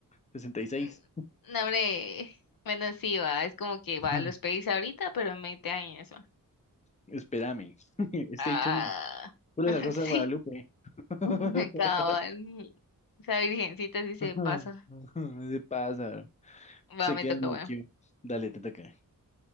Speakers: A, on the left; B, on the left.
A: sesenta
B: <laughs>
A: y seis,
B: No, hombre. Bueno, sí, va. Es como que
A: <laughs>
B: va, los pedís ahorita, pero en 20 años.
A: espérame. <laughs> Stay
B: Ah,
A: tuned. Pura
B: <laughs>
A: la Rosa
B: sí,
A: de Guadalupe. <laughs>
B: <laughs> cabal. Esa virgencita sí se
A: <laughs>
B: pasa.
A: Se pasa.
B: Va,
A: Se
B: me
A: quedan
B: toca, bueno.
A: aquí. Dale, te toca.